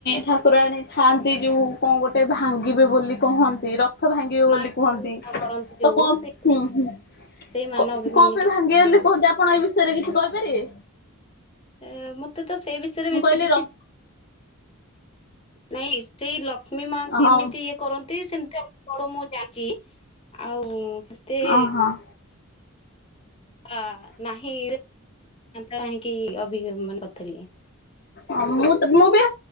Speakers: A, on the left (about 45°); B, on the left (about 25°).
A: ଠାକୁରାଣୀ ଥାଆନ୍ତି ଯୋଉ କଣ ଗୋଟେ ଭାଙ୍ଗିବେ ବୋଲି କହନ୍ତି ରଥ ଭାଙ୍ଗିବେ ବୋଲି
B: ମାନ
A: କୁହନ୍ତି।
B: କରନ୍ତି ଯୋଉ
A: ତ କଣ
B: ସେଇ
A: ହୁଁ ହୁଁ
B: ସେଇ ମାନ
A: କ
B: ଅଭିମାନ
A: କଣ ପାଇଁ
B: ଟା
A: ଭାଙ୍ଗିଗଲେ କୁହନ୍ତି ଆପଣ ଏ ବିଷ ଶୟରେ କିଛି କହିପାରିବେ?
B: ଏ ମତେ ତ ସେଇ ବିଷୟରେ
A: ମୁଁ
B: ବେଶୀ
A: କହିଲି
B: କିଛି
A: ର
B: ନାଇଁ ସେଇ ଲକ୍ଷ୍ମୀ ମା
A: ହଁ
B: କେମିତି ଇଏ କରନ୍ତି ସେମିତି ଆଉ। ମୁଁ ଜଣିଛି ଆଉ ସେତେ
A: ଓହୋ।
B: ହ ନାହିଁ କାହିଁକି ଅଭିଜ୍ଞ ମାନ କରିଥିଲେ
A: ହ ମୁଁ ତ ମୁଁ ବି